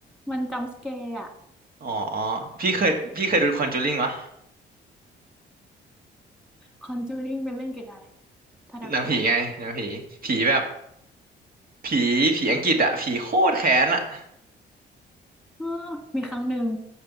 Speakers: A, in the centre; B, on the right.
A: มันจัมป์สแกร์อะ
B: อ๋อพี่เคยพี่เคยดูคอนจูริงวะ
A: คอนจูริงเป็นเรื่องเกี่ยวกับอะไรทาดาโกะ
B: หนังผีไงหนังผีผีแบบผีผีอังกฤษอะผีโคตรแค้นอะ
A: เออมีครั้งหนึ่ง